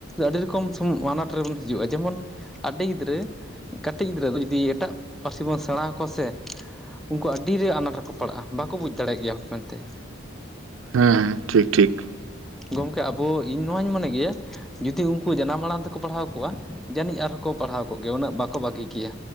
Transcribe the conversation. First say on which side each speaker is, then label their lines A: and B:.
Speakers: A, in the centre; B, on the right.
A: ᱟᱹᱰᱤ ᱨᱚᱠᱚᱢ ᱥᱚᱢᱚᱭ ᱟᱱᱟᱴ ᱨᱮᱵᱚᱱ ᱦᱤᱡᱩᱜᱼᱟ ᱡᱮᱢᱚᱱ ᱟᱹᱰᱤ ᱜᱤᱫᱽᱨᱟᱹ ᱠᱟᱹᱴᱤᱡ ᱜᱤᱫᱽᱨᱟᱹ ᱫᱚ ᱡᱩᱫᱤ ᱮᱴᱟᱜ ᱯᱟᱹᱨᱥᱤ ᱵᱚᱱ ᱥᱮᱬᱟ ᱟᱠᱚᱣᱟ ᱥᱮ ᱩᱱᱠᱩᱣᱟᱜ ᱟᱹᱰᱤ ᱨᱮ ᱟᱱᱟᱴ ᱨᱮᱠᱚ ᱯᱟᱲᱟᱜᱼᱟ ᱵᱟᱠᱚ ᱵᱩᱡᱽ ᱫᱟᱲᱮᱭᱟᱜ ᱜᱮᱭᱟ ᱦᱚᱴᱢᱮᱱᱛᱮ ᱾
B: ᱦᱮᱸ ᱦᱮᱸ ᱴᱷᱤᱠ ᱴᱷᱤᱠ ᱾
A: ᱜᱚᱢᱠᱮ ᱟᱵᱚ ᱤᱧ ᱱᱚᱣᱟᱧ ᱢᱚᱱᱮ ᱜᱮᱭᱟ ᱡᱩᱫᱤ ᱩᱱᱠᱩ ᱡᱟᱱᱟᱢ ᱟᱲᱟᱝ ᱛᱮᱠᱚ ᱯᱟᱲᱦᱟᱣ ᱠᱚᱜᱼᱟ ᱡᱟᱹᱱᱤᱡ ᱟᱨᱦᱚᱸᱠᱚ ᱯᱟᱲᱦᱟᱣ ᱠᱚᱜᱮᱭᱟ ᱩᱱᱟᱹᱜ ᱵᱟᱠᱚ ᱵᱟᱹᱜᱤ ᱠᱮᱭᱟ